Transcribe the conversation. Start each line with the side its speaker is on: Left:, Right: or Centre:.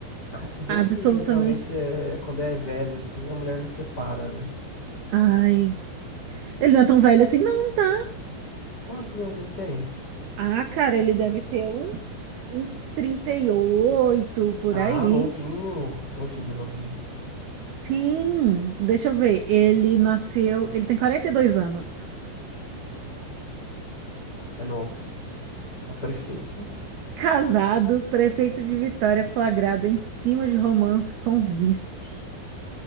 Left: Ah, se bem
Right: Absolutamente.
Left: que geralmente é, quando é velho assim, a mulher não separa, né?
Right: Ai, ele não é tão velho assim, não, tá?
Left: Quantos anos ele tem?
Right: Ah, cara, ele deve ter uns, uns 38 por
Left: Ah,
Right: aí.
Left: novinho. Novinho, novinho.
Right: Sim, deixa eu ver. Ele nasceu, ele tem 42 anos.
Left: É novo. É o prefeito, né?
Right: Casado, prefeito de Vitória, flagrado em cima de romance com vice.